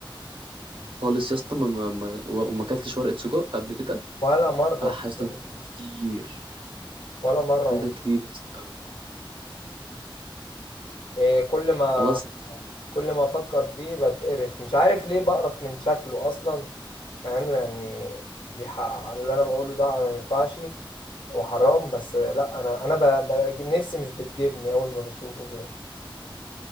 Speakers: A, on the right; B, on the left.
A: خالص يا اسطى ما ما ما- وما اكلتش ورقه سجق قبل كده
B: ولا مره
A: اه
B: في
A: يا اسطى
B: حياتي
A: أنت فايتك كتير
B: ولا مره
A: فايتك
B: والله
A: كتير يا اسطى قوي
B: إيه كل ما
A: خلاص
B: كل ما افكر فيه بتقرف مش عارف ليه بقرف من شكله اصلا مع انه يعني دي حق على اللي انا بقوله ده ما ينفعش وحرام بس لا انا انا ب... ب... نفسي مش بتجيبني اول ما بشوفه كده